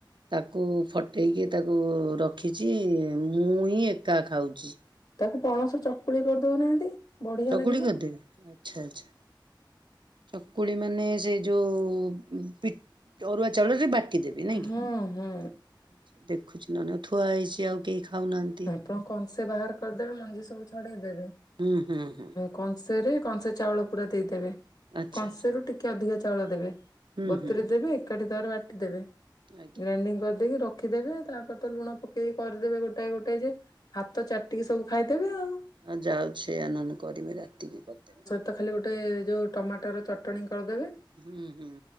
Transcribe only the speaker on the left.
ତାକୁ ପଣସ ଚକୁଳି କରିଦଉନାହାନ୍ତି ବଢିଆ
ଲାଗିବ।
ହୁଁ
ହୁଁ
ଆପଣ କସେ ବାହାର କରିଦେବେ ମଞ୍ଜି ସବୁ ଛଡେଇଦେବେ
କଂସେରେ କଂସେ ଚାଉଳ ପୁରା ଦେଇଦେବେ
କଂସେରୁ
ଟିକେ ଅଧିକା ଚାଉଳ ଦେବେ।
ବତୁୁରେଇ
ଦେବେ ଏକାଠିତାର ବାଟି ଦେବେ
ଗ୍ରାଇଣ୍ଡିଙ୍ଗ କରିଦେଇକି ରଖ। ରଖିଦେବେ ତାପରେ ତ ଲୁଣ ପକେଇକ କରିଦେବେ ଗୋ ଗୋଟେ ଗୋଟେ ଯେ ହାତ ଚାଟିକି ସବୁ ଖାଇଦେବେ ଆଉ
ତ ଖାଲି ଗୋଟେ ଯେଉଁ ଟମାଟର ଚଟଣି କରିଦେବେ।